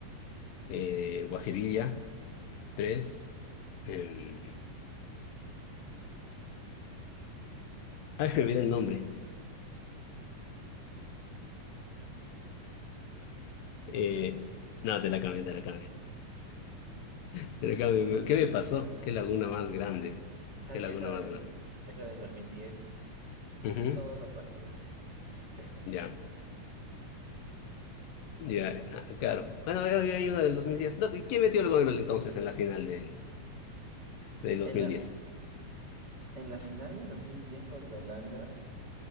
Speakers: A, on the left; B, on the right.
A: Eh, Guajevilla. tres Eh, ay, me olvidé el nombre. Eh, no, te la cambié, te la cambié. Te la cambié. ¿Qué me pasó? ¿Qué laguna más grande?
B: ¿Sabes
A: ¿Qué laguna
B: que esa
A: más
B: del,
A: grande?
B: esa del 2010 vi
A: Ujú,
B: todos los partidos? vi. <laughs>
A: Ya, ya, ah, claro. Bueno, ya había una del 2010. No, ¿y ¿quién metió el gol entonces en la final del, del dos
B: En
A: mil
B: la,
A: diez
B: en la final de 2010 contra Holanda